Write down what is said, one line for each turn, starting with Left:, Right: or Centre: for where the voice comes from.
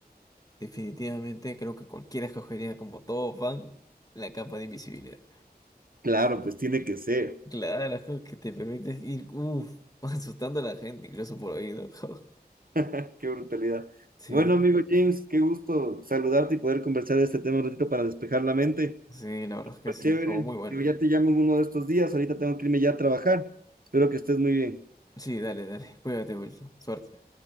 Left: Definitivamente creo que cualquiera escogería como todo fan la capa de invisibilidad.
Right: Claro, pues tiene que ser.
Left: Claro, las cosas que te permiten ir, uff, <laughs> asustando a la gente, incluso por oído. <laughs>
Right: <laughs> Qué brutalidad.
Left: Sí,
Right: Bueno, amigo James, qué gusto saludarte y poder conversar de este tema un ratito para despejar la mente.
Left: sí, la verdad es que sí,
Right: Chévere.
Left: estuvo muy buena.
Right: Digo, ya te llamo en uno de estos días. Ahorita tengo que irme ya a trabajar. Espero que estés muy bien.
Left: Sí, dale, dale, cuídate, Wilson, suerte.